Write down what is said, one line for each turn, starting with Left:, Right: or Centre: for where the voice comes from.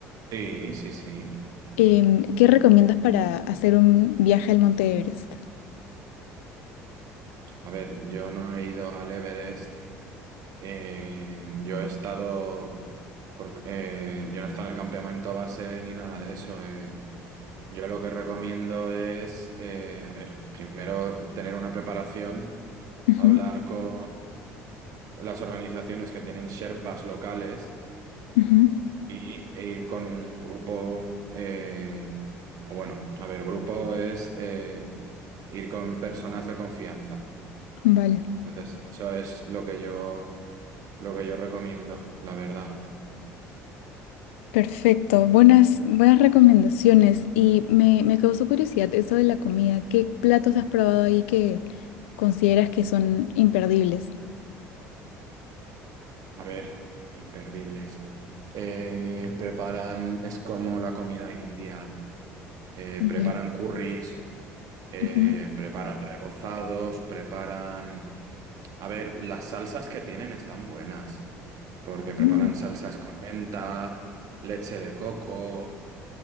Right: Sí, sí, sí.
Left: Em, ¿qué recomiendas para hacer un viaje al monte Everest?
Right: A ver, yo no he ido al Everest, eh, yo he estado... Por- eh, yo no he estado en el campamento base ni nada de eso. eh. Yo lo que recomiendo es, eh, a ver, primero tener una preparación,
Left: Ujú,
Right: hablar con las organizaciones que tienen Sherpas locales
Left: ujú,
Right: y, e ir con un grupo, eh, o bueno, a ver, grupo es eh, ir con personas de confianza.
Left: Vale.
Right: Entonces, eso es lo que yo, lo que yo recomiendo, la verdad.
Left: Perfecto, buenas, buenas recomendaciones. Y me, me causó curiosidad eso de la comida. ¿Qué platos has probado ahí que consideras que son imperdibles?
Right: A ver, imperdibles. Eh, preparan, es como la comida india. eh, preparan
Left: Ya.
Right: curries, eh,
Left: Ujú.
Right: preparan rebozados, preparan... A ver, las salsas que tienen están buenas, porque preparan
Left: Mm.
Right: salsas con menta, leche de coco,